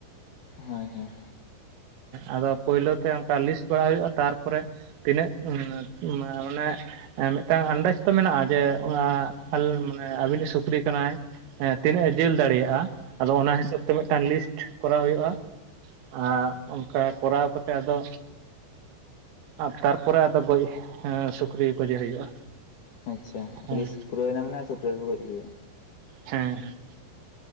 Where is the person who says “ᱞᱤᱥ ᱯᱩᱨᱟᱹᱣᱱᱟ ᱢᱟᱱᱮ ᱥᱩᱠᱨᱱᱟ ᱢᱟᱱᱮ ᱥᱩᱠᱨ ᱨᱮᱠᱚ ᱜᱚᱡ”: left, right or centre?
Left